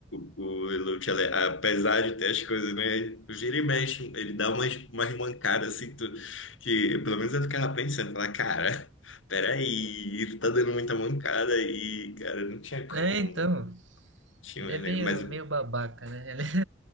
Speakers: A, on the left; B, on the right.
A: o, o, o Luke, ele- é, apesar de ter as coisas, né? Vira e mexe, ele dá umas, umas mancadas assim, tu- que pelo menos eu ficava pensando, falar, cara, peraí, tu tá dando muita mancada aí, cara, não tinha como,
B: É, então.
A: mano. Tinha,
B: Ele
A: um
B: é meio,
A: mas
B: meio babaca, né? Ele...